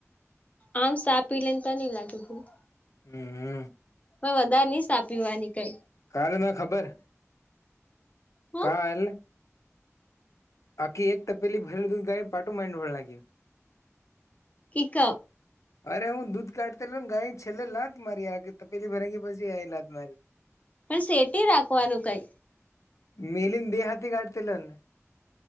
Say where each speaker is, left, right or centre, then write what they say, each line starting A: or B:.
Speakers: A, on the left; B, on the left.
A: આમ સા પી લે ને ત ની લાગે ભૂખ
B: હમ
A: પણ વધારે ની ચા પીવાની કઈ
B: કાલ ના ખબર,
A: હ
B: કાલ આખી એક તપેલી ભરેલી દૂધ ગાય પાટું મારી ધોળ નાખ્યુ
A: ઈક
B: અરે હું દૂધ કાઢતનલ ગાયે છેલ્લે લાત મારી આ કે તપેલી ભરાઈ ગી પછી એને લાત મારી <inaudible>
A: પણ શેટી રાખવાનું કઈ
B: મેલીન બે હાથી ગાઢતી લન